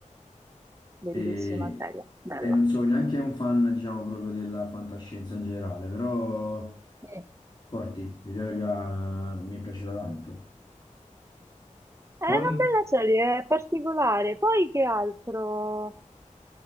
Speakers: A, on the right (about 20°); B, on the left (about 35°).
A: Bellissima
B: E,
A: serie, bella.
B: e non sono neanche un fan, diciamo, proprio della fantascienza in generale, però
A: Eh,
B: forti, di dire la verità, mi è piaciuta tanto.
A: È
B: Poi,
A: una bella serie, è particolare. Poi che altro?